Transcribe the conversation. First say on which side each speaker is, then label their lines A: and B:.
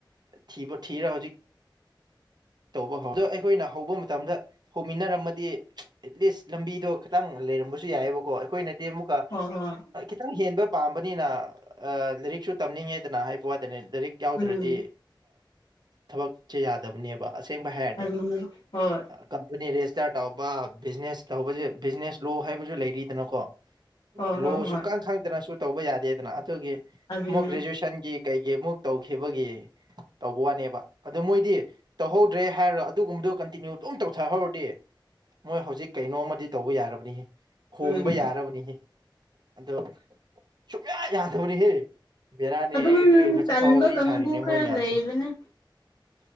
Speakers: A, on the right; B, on the left.
A: ꯊꯤꯕ ꯊꯤꯔ ꯍꯧꯖꯤꯛ ꯇꯧꯕ ꯑꯗꯣ ꯑꯩꯈꯣꯏꯅ ꯍꯧꯕ ꯃꯇꯝꯗ ꯍꯧꯃꯤꯟꯅꯔꯝꯃꯗꯤ ꯑꯦꯠꯂꯤꯁ ꯂꯝꯕꯤꯗꯣ ꯈꯤꯇꯪ ꯂꯩꯔꯝꯕꯁꯨ ꯌꯥꯏꯑꯦꯕꯀꯣ ꯑꯩꯈꯣꯏꯅꯗꯤ ꯑꯃꯨꯛꯀ
B: ꯍꯣꯏ ꯍꯣꯏ
A: ꯈꯤꯇꯪ ꯍꯦꯟꯕ ꯄꯥꯝꯕꯅꯤꯅ ꯂꯥꯏꯔꯤꯛꯁꯨ ꯇꯝꯅꯤꯡꯉꯦꯗꯅ ꯍꯥꯏꯕ ꯋꯥꯗꯅꯦ ꯂꯥꯏꯔꯤꯛ ꯌꯥꯎꯗ꯭ꯔꯗꯤ
B: ꯎꯝ
A: ꯊꯕꯛꯁꯦ ꯌꯥꯗꯕꯅꯦꯕ ꯑꯁꯦꯡꯕ ꯍꯥꯏꯔꯗꯤ
B: ꯑꯗꯨꯅꯤ ꯍꯣꯏ
A: ꯀꯝꯄꯅꯤ ꯔꯦꯖꯤꯁꯇꯥꯔ ꯇꯧꯕ ꯕꯤꯖꯤꯅꯦꯁ ꯇꯧꯕꯁꯦ ꯕꯤꯖꯤꯅꯦꯁ ꯂꯣ ꯍꯥꯏꯕꯁꯨ ꯂꯩꯔꯤꯗꯅꯀꯣ
B: ꯍꯣꯏ
A: ꯂꯣ
B: ꯍꯣꯏ ꯍꯣꯏ
A: ꯁꯨꯡꯈꯪ ꯈꯪꯗꯅꯁꯨ ꯇꯧꯕ ꯌꯥꯗꯦꯗꯅ ꯑꯗꯨꯒꯤ
B: ꯑꯗꯨꯅꯤ
A: ꯃꯣ ꯒ꯭ꯔꯦꯖꯨꯋꯦꯁꯟꯒꯤ ꯀꯩꯒꯤ ꯑꯃꯨꯛ ꯇꯧꯈꯤꯕꯒꯤ ꯇꯧꯕꯋꯥꯅꯦꯕ ꯑꯗꯨ ꯃꯣꯏꯗꯤ ꯇꯧꯍꯧꯗ꯭ꯔꯦ ꯍꯥꯏꯔꯣ ꯑꯗꯨꯒꯨꯝꯕꯗꯨ ꯀꯟꯇꯤꯅ꯭ꯌꯨ ꯑꯗꯨꯝ ꯇꯧꯊꯍꯧꯔꯗꯤ ꯃꯣꯏ ꯍꯧꯖꯤꯛ ꯀꯩꯅꯣꯝꯃꯗꯤ ꯇꯧꯕ ꯌꯥꯔꯕꯅꯤ ꯍꯦ ꯈꯣꯡꯕ
B: ꯎꯝ
A: ꯌꯥꯔꯕꯅꯤ ꯍꯦ ꯑꯗꯣ ꯁꯨꯡꯌꯥ ꯌꯥꯗꯕꯅꯤ ꯍꯦ ꯕꯦꯔꯥꯅꯦ
B: ꯑꯗꯨꯝ
A: ꯑꯩ ꯑꯗꯨꯏ ꯉꯁꯤ
B: ꯇꯟꯕ
A: ꯐꯥꯎ ꯋꯥꯔꯤ
B: ꯀꯥꯡꯕꯨ
A: ꯁꯥꯔꯤꯅꯦ
B: ꯈꯔ
A: ꯃꯣꯏ ꯃꯌꯥꯝꯁꯦ
B: ꯂꯩꯕꯅꯦ